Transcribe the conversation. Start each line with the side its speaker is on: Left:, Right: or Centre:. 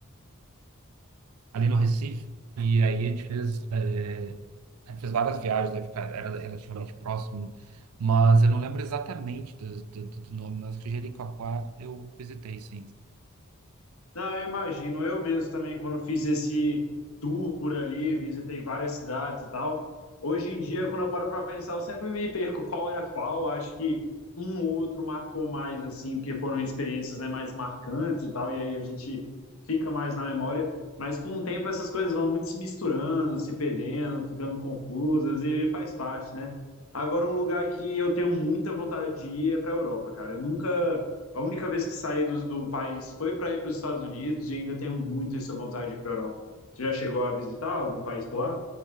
Right: ali no Recife. E aí a gente fez, eh, a gente fez várias viagens, né? porque Era relativamente próximo, mas eu não lembro exatamente do, do, do nome, mas acho que Jericoacoara eu visitei, sim.
Left: Não, eu imagino. Eu mesmo também, quando fiz esse tour por ali, visitei várias cidades e tal. Hoje em dia, quando eu paro para pensar, eu sempre me perco qual era qual. Acho que um ou outro marcou mais, assim, porque foram experiências, né, mais marcantes e tal. E aí a gente fica mais na memória. Mas com o tempo, essas coisas vão muito se misturando, se perdendo, ficando confusas e faz parte, né? Agora, um lugar que eu tenho muita vontade de ir é para a Europa, cara. Eu nunca a única vez que saí do, do país foi para ir para os Estados Unidos e ainda tenho muito essa vontade de ir para a Europa. Você já chegou a visitar algum país por lá?